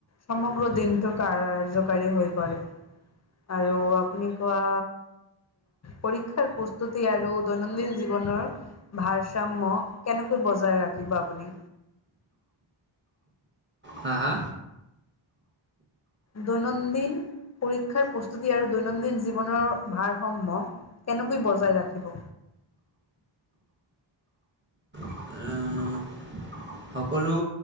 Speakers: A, on the left; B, on the right.
A: সমগ্ৰ দিনটো কাৰ্যকাৰী হৈ পৰে। আৰু আপুনি কোৱা পৰীক্ষাৰ প্ৰস্তুতি আৰু দৈনন্দিন জীৱনৰ ভাৰসাম্য কেনেকৈ বজাই ৰাখিব আপুনি?
B: হা হা?
A: দৈনন্দিন পৰীক্ষাৰ প্ৰস্তুতি আৰু দৈনন্দিন জীৱনৰ ভাৰসাম্য কেনেকৈ বজাই ৰাখিব?
B: হা সকলো